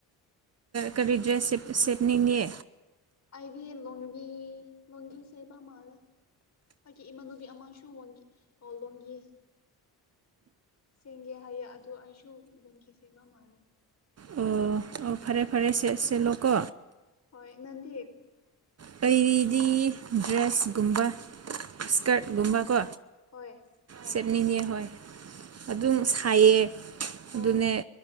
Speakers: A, on the right; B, on the left.
A: ꯀꯔꯤ ꯗ꯭ꯔꯦꯁ ꯁꯦꯠꯅꯤꯡꯉꯤ
B: ꯑꯩꯗꯤ ꯂꯣꯡꯒꯤ ꯂꯣꯡꯒꯤ ꯁꯦꯠꯕ ꯃꯥꯜꯂꯦ ꯑꯩꯒꯤ ꯏꯃꯥꯟꯅꯕꯤ ꯑꯃꯁꯨ ꯂꯣꯡꯒꯤ ꯁꯦꯝꯒꯦ ꯍꯥꯏꯌꯦ ꯑꯗꯨ ꯑꯩꯁꯨ ꯂꯣꯡꯒꯤ ꯁꯦꯡꯕ ꯃꯥꯜꯂꯦ
A: ꯑꯣ ꯑꯣ ꯐꯔꯦ ꯐꯔꯦ ꯁꯦꯠꯂꯣꯀꯣ
B: ꯍꯣꯏ ꯅꯗꯤ
A: ꯀꯩꯗꯤ ꯗ꯭ꯔꯦꯁꯀꯨꯝꯕ ꯏꯁꯀꯔꯠ ꯀꯨꯝꯕ ꯀꯣ
B: ꯍꯣꯏ
A: ꯁꯦꯠꯅꯤꯡ ꯉꯦ ꯍꯣꯏ ꯑꯗꯨꯝ
B: ꯑꯣ
A: ꯁꯥꯏꯌꯦ
B: ꯑꯣ
A: ꯑꯗꯨꯅꯦ
B: ꯑꯣ